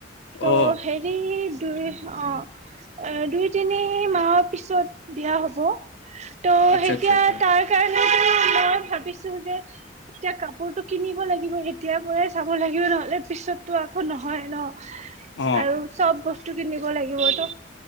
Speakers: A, on the right; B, on the left.
A: ট
B: অ
A: হেৰি দুই অ দুই তিনি মাহৰ পিছত দিয়া হ'ব ত'
B: আচ্ছা
A: এতিয়া
B: আচ্ছা আচ্ছা
A: তাৰ কাৰণে ইছু যে এতিয়া কাপোৰতটো কিনিব লাগিব এতিয়াৰ পৰাই চাব লাগিব নহলে পিছততটো আকৌ নহয় ন
B: অ
A: আৰু চব বস্তু কিনিব লাগিবতো